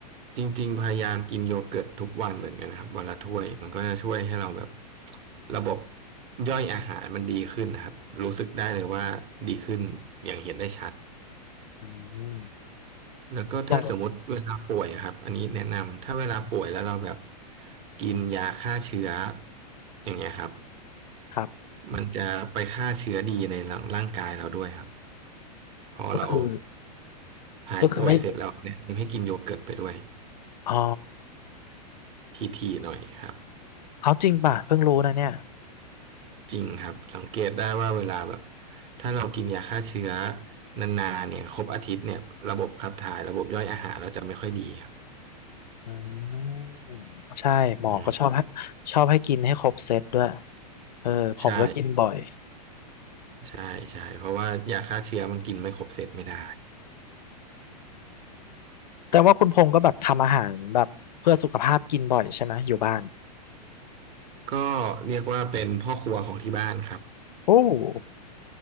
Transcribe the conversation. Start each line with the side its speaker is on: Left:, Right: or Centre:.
Right: จริงๆพยายามกินโยเกิร์ตทุกวันเหมือนกันนะครับวันละถ้วยมันก็จะช่วยให้เราแบบระบบย่อยอาหารมันดีขึ้นนะครับรู้สึกได้เลยว่าดีขึ้นอย่างเห็นได้ชัด
Left: อืม
Right: แล้วก็ถ้าสมมติเวลาป่วยอะครับอันนี้แนะนำถ้าเวลาป่วยแล้วเราแบบ
Left: อย่าง
Right: กินยาฆ่าเชื้ออย่างเงี้ยครับ
Left: ครับ
Right: มันจะไปฆ่าเชื้อดีในร่างร่างกายเราด้วยครับพอเรา
Left: ก็คือ
Right: หายป่วยเสร็จแล้วแนะนำให้กินโยเกิร์ตไปด้วย
Left: คือก็คือไม่อ๋อ
Right: พีทีหน่อยครับ
Left: เอาจริงป่ะเพิ่งรู้นะเนี่ย
Right: จริงครับสังเกตได้ว่าเวลาแบบถ้าเรากินยาฆ่าเชื้อนานๆเนี่ยครบอาทิตย์เนี่ยระบบขับถ่ายระบบย่อยอาหารเราจะไม่ค่อยดีครับ
Left: อืมใช่หมอก็ชอบให้
Right: อืม
Left: ชอบให้กินให้ครบเซตด้วยเออผมก็กินบ่อย
Right: ใช่ใช่ใช่เพราะว่ายาฆ่าเชื้อมันกินไม่ครบเสร็จไม่ได้
Left: แสดงว่าคุณพงษ์ก็แบบทำอาหารแบบเพื่อสุขภาพกินบ่อยใช่ไหมอยู่บ้าน
Right: ก็เรียกว่าเป็นพ่อครัวของที่บ้านครับ
Left: โอ้